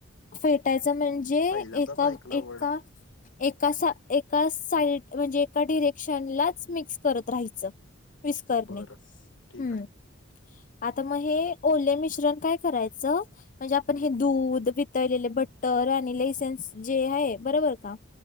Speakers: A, on the left (about 40°); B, on the left (about 70°).
A: फेटायचं म्हणजे
B: पहिल्यांदाच
A: एका
B: ऐकला
A: एका
B: वर्ड
A: एका एका साइड म्हणजे एका डिरेक्शन लाच मिक्स करत राहायचं. विस्कणे
B: बरं
A: हम्म.
B: ठीक आहे
A: आता मग हे ओले मिश्रण काय करायचं म्हणजे आपण
B: हम्म
A: हे दूध तळलेले भट्टर आणि लेसन्स जे आहे बरोबर का